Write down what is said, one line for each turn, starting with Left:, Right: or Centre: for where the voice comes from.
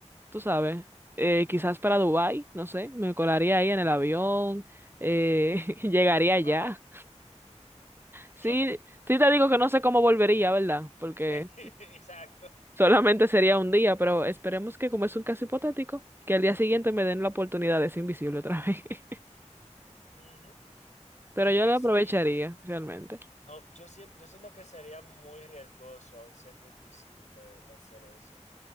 Right: tú sabes, eh, quizás para Dubái, no sé, me colaría ahí en el avión, eh, <laughs> llegaría allá.
Left: wow. Yo,
Right: Sí, sí te digo que no sé cómo volvería, ¿verdad? Porque
Left: <laughs> Exacto.
Right: solamente sería un día, pero esperemos que como es un caso hipotético, que al día siguiente me den la oportunidad de ser invisible otra vez. <laughs>
Left: Ujú.
Right: Pero
Left: Aunque
Right: yo la
Left: sí,
Right: aprovecharía, realmente.
Left: au- yo siento, yo siento que sería muy riesgoso, aun siendo invisible, hacer eso.